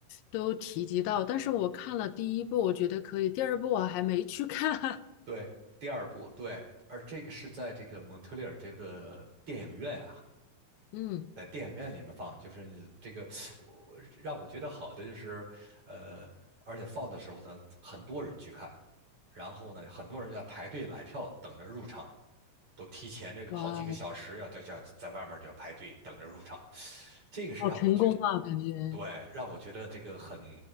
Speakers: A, on the left; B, on the right.
A: 都提及到，但是我看了第一部，我觉得可以，第二部我还没去看。<laughs>
B: 对，第二部对，而这个是在这个蒙特利尔这个电影院啊，
A: 嗯，
B: 在电影院里面放，就是你这个我让我觉得好的就是，呃，而且放的时候呢，很多人去看，然后呢，很多人在排队买票等着入场。都提前这个好几个小时要在在在外面就排队等着入场，
A: 哇，
B: 这个是让我觉，
A: 好成功啊，感觉
B: 对，让我觉得这个很，